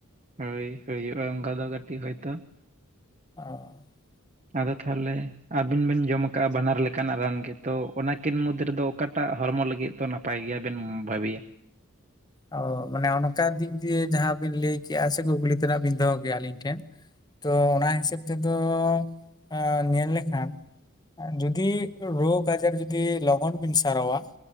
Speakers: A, on the right (about 35°); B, on the left (about 20°).
A: ᱦᱳᱭ ᱦᱩᱭᱩᱜᱼᱟ ᱚᱱᱠᱟ ᱫᱚ ᱠᱟᱹᱴᱤᱡ ᱦᱳᱭᱛᱚ
B: ᱚ
A: ᱟᱫᱚ ᱛᱟᱦᱚᱞᱮ ᱟᱹᱵᱤᱱ ᱵᱤᱱ ᱡᱚᱢ ᱟᱠᱟᱜᱼᱟ ᱵᱟᱱᱟᱨ ᱞᱮᱠᱟᱱᱟᱜ ᱨᱟᱱ ᱜᱮ ᱛᱚ, ᱚᱱᱟᱠᱤᱱ ᱢᱩᱫᱽ ᱨᱮᱫᱚ ᱚᱠᱟᱴᱟᱜ ᱦᱚᱲᱢᱚ ᱞᱟᱹᱜᱤᱫ ᱫᱚ ᱱᱟᱯᱟᱭ ᱜᱮᱭᱟ ᱵᱮᱱ ᱵᱷᱟᱹᱵᱤᱭᱟ?
B: ᱚ ᱢᱟᱱᱮ ᱚᱱᱠᱟ ᱫᱤᱠ ᱫᱤᱭᱮ ᱡᱟᱦᱟᱸ ᱵᱤᱱ ᱞᱟᱹᱭ ᱠᱮᱜᱼᱟ ᱥᱮ ᱠᱩᱠᱞᱤ ᱛᱮᱱᱟᱜ ᱵᱤᱱ ᱫᱚᱦᱚ ᱠᱮᱜ-ᱟ ᱟᱹᱞᱤᱧ ᱴᱷᱮᱱ? ᱛᱚ ᱚᱱᱟ ᱦᱤᱥᱟᱹᱵ ᱛᱮᱫᱚ ᱮᱸ ᱧᱮᱞ ᱞᱮᱠᱷᱟᱱ ᱡᱩ ᱫᱤ ᱨᱳᱜᱽ ᱟᱡᱟᱨ ᱡᱩᱫᱤ ᱞᱚᱜᱚᱱ ᱵᱤᱱ ᱥᱟᱨᱟᱣᱟ